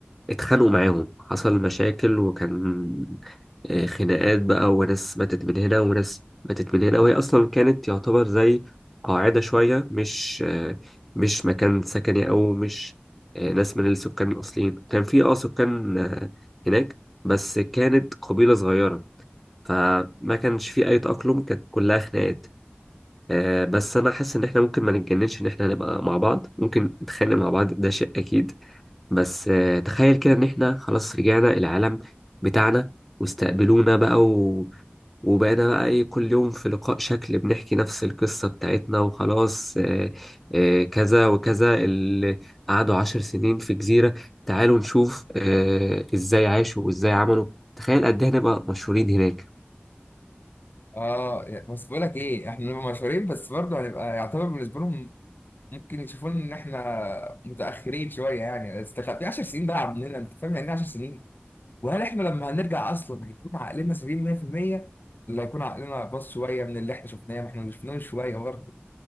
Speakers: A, in the centre; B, on the left.
A: اتخانقوا معاهم حصل مشاكل وكان آه، خناقات بقى وناس ماتت من هنا وناس ماتت من هنا وهي اصلا كانت يعتبر زي قاعدة شوية مش آه، مش مكان سكني او مش آه، ناس من السكان الاصليين كان في اه سكان آه، هناك بس كانت قبيلة صغيرة فما كانش في اي تأقلم كانت كلها خناقات آه، بس انا حاسس ان احنا ممكن ما نتجننش ان احنا نبقى مع بعض ممكن نتخانق مع بعض ده شيء اكيد بس آه، تخيل كده ان احنا خلاص رجعنا العالم بتاعنا واستقبلونا بقى و... وبقينا بقى ايه كل يوم في لقاء شكل بنحكي نفس القصة بتاعتنا وخلاص آه، آه، كذا وكذا اللي قعدوا عشر سنين في جزيرة تعالوا نشوف آه، ازاي عاشوا وازاي عملوا تخيل قد ايه هنبقى مشهورين هناك
B: اه يعني بس بقول لك ايه احنا نبقى مشهورين بس برضه هنبقى يعتبر بالنسبه لهم ممكن يشوفون ان احنا متاخرين شويه يعني استخ- في 10 سنين بقى عندنا انت فاهم يعني إيه 10 سنين وهل احنا لما هنرجع اصلا هيكون عقلنا سليم 100% ولا هيكون عقلنا باظ شويه من اللي احنا شفناه ما احنا اللي شفناه من شويه برضه